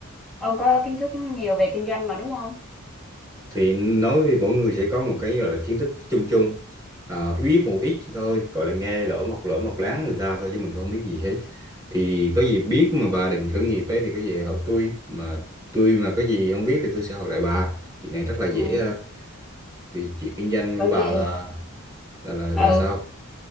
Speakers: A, in the centre; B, on the right (about 15°).
A: ông có kiến thức nhiều về kinh doanh mà đúng không?
B: thì nói với mỗi người sẽ có một cái gọi là kiến thức chung chung à, biết một ít thôi gọi là nghe lỡ mọc lỡ mọc láng người ta thôi chứ mình không biết gì hết thì có gì biết mà bà định khởi nghiệp ấy thì có gì học tôi mà tôi mà có gì không biết thì tôi sẽ học lại bà chuyện này rất là dễ
A: Ừ.
B: à. thì chuyện kinh doanh
A: Bởi
B: của bà
A: vì
B: là là là, là
A: ừ
B: sao